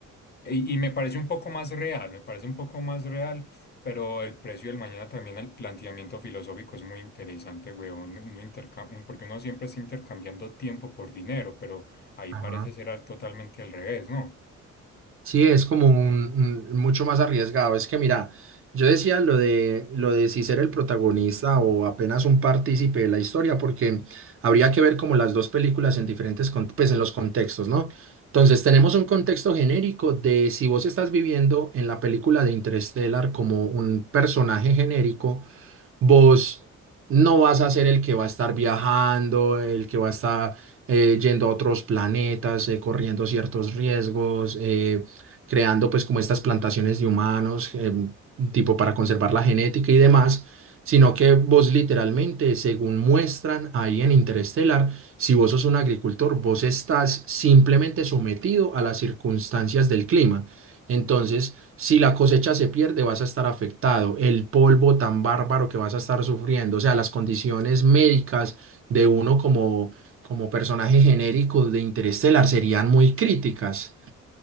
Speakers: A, on the left; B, on the right.
A: Y, y me parece un poco más real, me parece un poco más real, pero el precio del mañana también al planteamiento filosófico es muy interesante, weón, uno interca- un- porque uno siempre está intercambiando tiempo por dinero, pero ahí
B: Ajá.
A: parece ser al- totalmente al revés, ¿no?
B: Sí, es como un, un- mucho más arriesgado. Es que mira, yo decía lo de lo de si ser el protagonista o apenas un partícipe de la historia, porque habría que ver como las dos películas en diferentes con- pues en los contextos, ¿no? Entonces tenemos un contexto genérico de si vos estás viviendo en la película de Interstellar como un personaje genérico vos no vas a ser el que va a estar viajando, el que va a estar eh, yendo a otros planetas, eh, corriendo ciertos riesgos, eh, creando pues como estas plantaciones de humanos, eh, tipo para conservar la genética y demás, sino que vos literalmente, según muestran ahí en Interestelar, si vos sos un agricultor, vos estás simplemente sometido a las circunstancias del clima. Entonces, si la cosecha se pierde, vas a estar afectado. El polvo tan bárbaro que vas a estar sufriendo, o sea, las condiciones médicas de uno como, como personaje genérico de Interestelar serían muy críticas.